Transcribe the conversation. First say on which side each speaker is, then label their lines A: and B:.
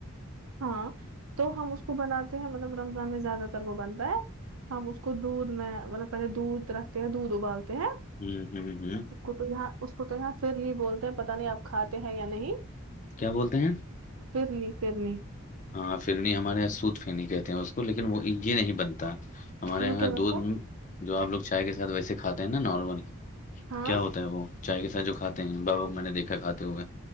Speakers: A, on the right (about 80°); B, on the left (about 35°).
A: ہاں تو ہم اس کو بناتے ہیں مطلب رمضان میں زیادہ تر وہ بنتا ہے ہم اس کو دودھ میں مطلب پہلے دودھ رکھتے ہیں دودھ ابالتے ہیں
B: ہوں ہوں ہوں
A: اس کو تو یہاں اس کو تو یہاں پھر نہیں بولتے ہیں پت نہیں آپ کھاتے ہیں یا نہیں
B: کیا بولتے ہیں
A: پھرنی پھرنی
B: ہاں فھرنی ہمارے یہاں سوت پہنی کہتے ہیں اس کو لیکن وہ یہ نہیں بنتا ہمارے
A: وہ
B: یہاں
A: کیا بنتا
B: دودھ
A: ہے؟
B: جو آپ لوگ چائے کے ساتھ ویسے کھاتے ہیں نا نارمل
A: ہاں
B: کیا ہوتا ہے وہ چائے کے ساتھ جو کھاتے ہیں بابا میں نے دیکھا کھاتے ہوئے